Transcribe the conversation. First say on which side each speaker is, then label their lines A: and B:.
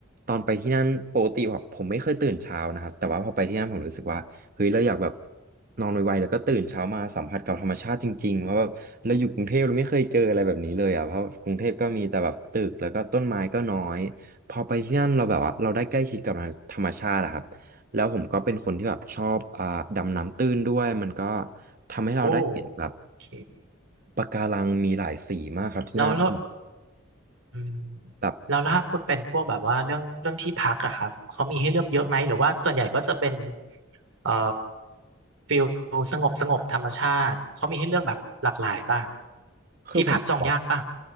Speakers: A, on the right; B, on the right.
A: ตอนไปที่นั่นปกติผมผมไม่เคยตื่นเช้านะครับแต่ว่าพอไปที่นั่นผมรู้สึกว่าเฮ้ยเราอยากแบบนอนไวๆแล้วก็ตื่นเช้ามาสัมผัสกับธรรมชาติจริงๆเพราะแบบเราอยู่กรุงเทพเราไม่เคยเจออะไรแบบนี้เลยอ่ะเพราะกรุงเทพก็มีแต่แบบตึกแล้วก็ต้นไม้ก็น้อย พอไปที่นั่นเราแบบว่าเราได้ใกล้ชิดกับธรรมชาติอะครับ แล้วผมก็เป็นคนที่แบบชอบอ่าดำน้ำตื้นด้วยมันก็ทำให้เราได้เห็นแบบ
B: โอ้โอเค
A: ปะการังมีหลายสีมากครับที่นั่น
B: แล้วแล้วอืม
A: แบบ
B: แล้วถ้าพูดเป็นพวกแบบว่าเรื่องเรื่องที่พักอะครับ เขามีให้เลือกเยอะไหม หรือว่าส่วนใหญ่ก็จะเป็นเอ่อฟิลสงบสงบธรรมชาติ เขามีให้เลือกแบบหลากหลายป่ะ
A: คือผมบอกว่า
B: ที่พักจองยากป่ะ